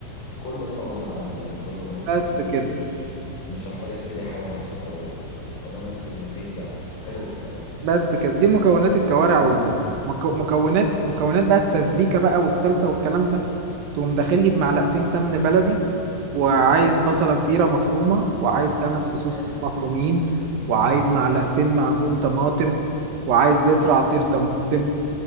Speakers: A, on the left; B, on the right.
A: كل ده موجود عندي يعني كله موجود
B: بس
A: في البيت
B: كده
A: مش مش مش هحتاج اشتري حاجة مخصوص او او ان انا انزل من البيت يعني حلو الكلام
B: بس كده دي مكونات الكوارع والموز مكو... مكونات مكونات بقى التسبيكة بقى والصلصة والكلام ده تقوم داخل لي بمعلقتين سمن بلدي وعايز بصلة كبيرة مفرومة وعايز خمس فصوص
A: ماشي
B: مفرومين وعايز معلقتين معجون طماطم وعايز لتر عصير طماطم